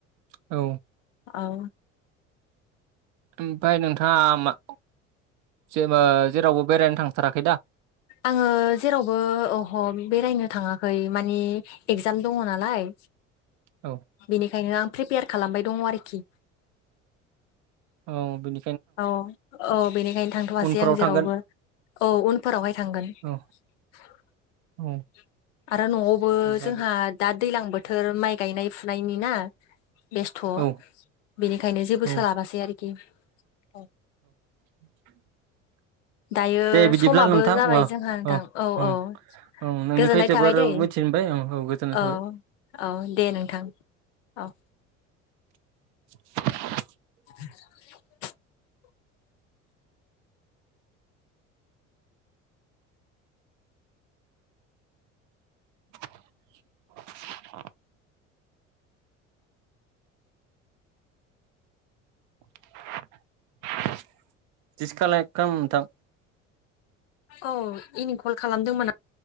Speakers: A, on the right (about 50°); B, on the left (about 70°).
A: औ।
B: औ
A: ओमफाय नोंथांङा जेबो जेरावबो बेरायनो थांथाराखै दा।
B: आंङो जेरावबोह बेरायनो थांङाखै मानि एगजाम दंङो नालाय?
A: औ
B: बेनिखायनो आं प्रिपेयार खालामबाय दंङो आरो खि
A: औ बि
B: औ औ बेनिखायनो थांथ'वासै
A: उनफोराव
B: आं जेरावबो
A: थांगोन
B: औ उनफोरावहाय। <unintelligible>
A: औ औ
B: आरो न'आवबो
A: जागोन
B: जोंहा दा दैलां बोथोर माइ गायनाय फुनायनि ना? बेस्थ'
A: औ
B: बेनिखायनो जेबो
A: औ
B: सोलाबासै आरोखि औ
A: <inaudible>
B: दायो
A: दे बिदिब्ला
B: समाबो
A: नोंथां
B: जाबाय
A: अ
B: जोंहा नोंथां
A: अ
B: औ
A: ओं
B: औ
A: ओं नोंनिफ्राय
B: गोजोननाय
A: जोबोर
B: थाबाय दैे
A: मिथिनो मोनबाय ओं गोजोननाय थाबाय
B: औ औ दे नोंथां। औ।
A: <inaudible>
B: <inaudible>
A: <inaudible> <unintelligible>
B: औ इनि कल खालामदोंमोन आं।